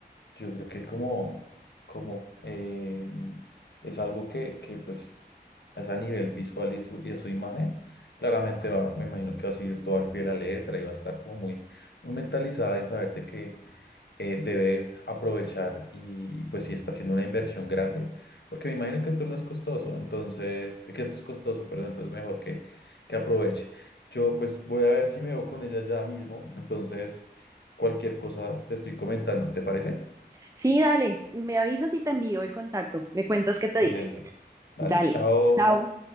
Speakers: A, on the left; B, on the right.
A: Yo creo que como, como eh, es algo que, que pues es a nivel visual y su, y de su imagen, claramente va, me imagino que va a seguir todo al pie de la letra y va a estar como muy, muy mentalizada en saber de que eh, debe aprovechar y pues si está haciendo una inversión grande, porque me imagino que esto no es costoso, entonces, que esto es costoso, perdón, entonces mejor que, que aproveche. Yo pues voy a ver si me veo con ella ya mismo, entonces cualquier cosa te estoy comentando, ¿te parece?
B: Sí, dale, me avisas y te envío el contacto. Me cuentas qué
A: Excelente.
B: te dice.
A: Dale,
B: Dale,
A: chao.
B: chao.